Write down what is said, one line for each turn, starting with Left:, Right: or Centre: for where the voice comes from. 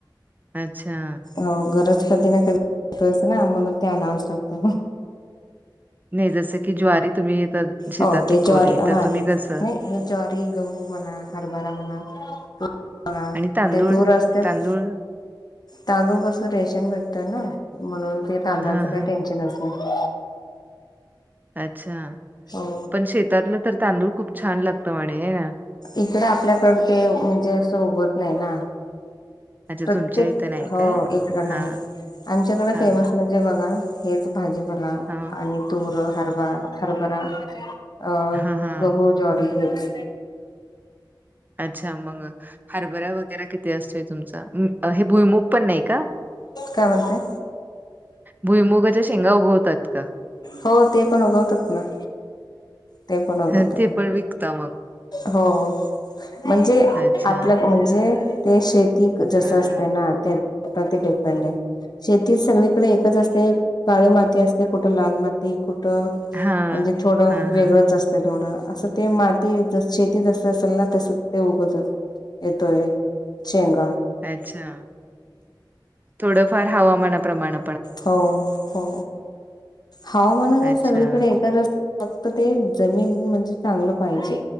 Right: अच्छा.
Left: हो गरज कधी ना कधीच ना म्हणून ते आणावंच लागतं.
Right: नाही जसं की ज्वारी तुम्ही शेतात
Left: हो ते
Right: पिकवली
Left: ज्वारी हा
Right: तर तुम्ही
Left: हे
Right: कसं
Left: नाही हे ज्वारी, गहू म्हणा, हरभरा म्हणा <unintelligible>
Right: आणि तांदूळ
Left: ते तूर असतेच
Right: तांदूळ
Left: तांदूळ कस रेशन भेटतय ना म्हणून ते तांदूळाच
Right: हा
Left: काही
Right: हा
Left: टेन्शनच नाही.
Right: अच्छा.
Left: हो
Right: पण शेतातलं तर तांदूळ खूप छान लागतं म्हणे आहे ना.
Left: इकड आपल्याकड ते म्हणजे असं उगवतं नाही ना.
Right: अच्छा
Left: प्रत्येक
Right: तुमच्या इथं नाही
Left: हो
Right: काय?
Left: इकडं
Right: हा
Left: नाही, आमच्याकडे
Right: हा
Left: फेमस
Right: हा
Left: म्हण जे बघा हेच भाजीपाला
Right: हा
Left: आणि तुर हरभा हरभरा अह
Right: हा हा
Left: गहू ज्वारी हेच
Right: अच्छा मग हरभरा रा किती असतोय तुमचा हे भुईमूग पण नाही का?
Left: काय म्हणताय
Right: भुईमुगाच्या शेंगा उगवतात का?
Left: हो ते पण उगवतात ना. ते पण उगवत
Right: हं, ते पण विकता मग?
Left: हो. म्हणजे?
Right: अच्छा.
Left: आपल म्हणजे ते शेती जस
Right: हां
Left: असते
Right: हां.
Left: ना त्या वरती डिपेंड आहे. शेती सगळीकडे एकच असते काळी माती असते कु कुठ लालमाती कुठं
Right: हां.
Left: म्हणजे थोडं
Right: हां
Left: वेगळंच
Right: हां हां.
Left: असतं थोडं असं ते माती ज शेती जस असेल ना तस ते उगवतं येतोय शेंगा
Right: अच्छा थोडंफार हवामानाप्रमाण
Left: हो हो हवामान
Right: अच्छा.
Left: काय सगळीकडे एकच अस फक्त ते जमीन म्हणजे चांगलं पाहिजे